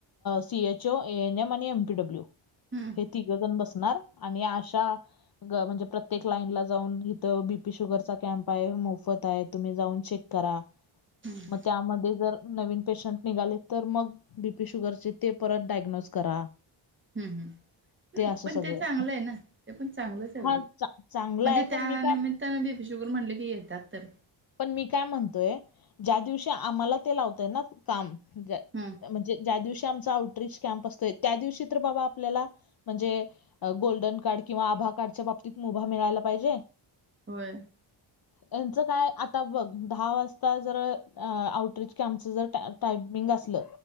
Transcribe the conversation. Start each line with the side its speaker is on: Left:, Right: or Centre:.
Left: सीएचओ एनएम आणि एमपीडब्ल्यू.
Right: हम्म,
Left: हे तिघजण बसणार आणि अशा म्हणजे प्रत्येक लाईन ला जाऊन इथं बीपी शुगर चा कॅम्प आहे. मोफत आहे तुम्ही जाऊन शेक करा
Right: हम्म,
Left: मग त्यामध्ये जर नवीन पेशंट निघाले तर मग बीपी शुगरचे ते परत डायग्नोज करा.
Right: हम् ह
Left: असं
Right: पण
Left: सगळं
Right: ते चांगलं आहे ना ते पण चांगलंच आहे उलट.
Left: हा चा- चांगलं
Right: म्हणजे
Left: आहे
Right: त्या
Left: पण मी काय
Right: निमित्तानें बीपी शुगर म्हणले की येतात तर.
Left: पण मी काय म्हणतोय ज्या दिवशी आम्हाला ते लावतय ना काम. ज्या-
Right: हम्.
Left: म्हणजे ज्या दिवशी आमचा आउटरीच कॅम्प असतोय, त्या दिवशी तर बाबा आपल्याला म्हणजे गोल्डन कार्ड किंवा आभा कार्डच्या बाबतीत मुभा मिळायला पाहिजे.
Right: होय.
Left: यांचं काय आता बघ दहा वाजता जर आउटरीच आमच जर टायपिंग असलं,